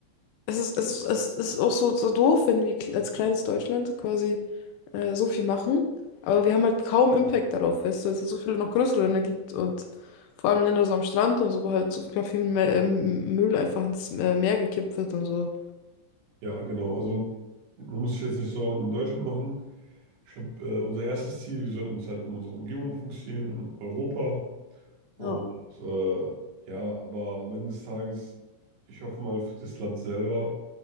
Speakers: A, on the left; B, on the right.
A: es ist, es ist, es ist auch so, so doof, wenn wir als kleines Deutschland quasi äh, so viel machen. Aber wir haben halt kaum Impact darauf, weißt du, weil es ja so viele noch größere Länder gibt und vor allem Länder so am Strand und so, wo halt so viel viel Mä- ähm, Müll einfach ins äh, Meer gekippt wird und so.
B: Ja, genau. Also man muss sich jetzt nicht Sorgen um Deutschland machen. Ich glaube, äh, unser erstes Ziel, wir sollten uns halt um unsere Umgebung fokussieren, um Europa. Und
A: Ja.
B: äh, ja, aber am Ende des Tages, ich hoffe mal für das Land selber